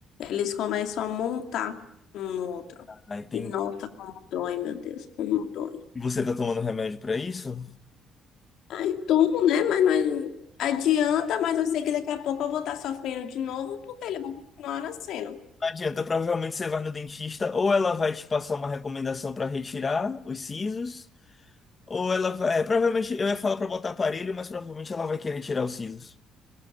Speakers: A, on the left; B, on the left.
A: eles começam a montar um no outro.
B: Aí tem...
A: E nota como dói, meu Deus, como dói.
B: E Você tá tomando remédio pra isso?
A: E Tomo, né? Mas não é- adianta, mas eu sei que daqui a pouco eu vou estar sofrendo de novo, porque ele vai continuar nascendo.
B: Não adianta, provavelmente você vai no dentista, ou ela vai te passar uma recomendação para retirar os sisos, ou ela vai. é, provavelmente eu ia falar para botar aparelho, mas provavelmente ela vai querer tirar os sisos.